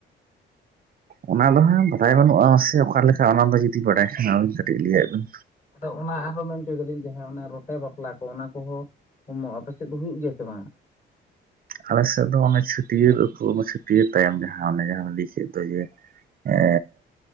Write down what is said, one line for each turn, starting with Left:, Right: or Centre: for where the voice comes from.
Right: ᱚᱱᱟ ᱫᱚ ᱦᱟᱸᱜ ᱵᱟᱰᱟᱭ ᱵᱟᱹᱱᱩᱜ ᱟᱥᱮ ᱚᱠᱟ ᱞᱮᱠᱟ ᱚᱱᱟ ᱫᱚ ᱡᱩᱫᱤ ᱵᱟᱰᱟᱭ ᱠᱷᱟᱱ ᱟᱹᱵᱤᱱ ᱠᱟᱹᱴᱤᱡ ᱞᱟᱹᱭᱼᱟᱜ ᱵᱤᱱ
Left: ᱟᱫᱚ ᱚᱱᱟ ᱟᱨ ᱦᱚᱸ ᱢᱮᱱ ᱦᱚᱪᱚᱭ ᱫᱟᱞᱤᱧ ᱡᱟᱦᱟᱸ ᱚᱱᱟ ᱨᱚᱴᱮ ᱵᱟᱯᱞᱟ ᱠᱚ ᱚᱱᱟ ᱠᱚᱦᱚᱸ <unintelligible> ᱟᱯᱮ ᱥᱮᱫ ᱫᱚ ᱦᱩᱭᱩᱜ ᱜᱮᱭᱟ ᱥᱮ ᱵᱟᱝ
Right: ᱟᱞᱮᱥᱮᱫ ᱫᱚ ᱚᱱᱮ ᱪᱷᱟᱹᱴᱭᱟᱹᱨ ᱪᱷᱟᱹᱴᱭᱟᱹᱨ ᱛᱟᱭᱚᱢ ᱡᱟᱦᱟᱸ ᱚᱱᱮ ᱡᱟᱦᱟᱸ ᱞᱟᱹᱭ ᱠᱮᱫ ᱫᱚ ᱡᱮ ᱮ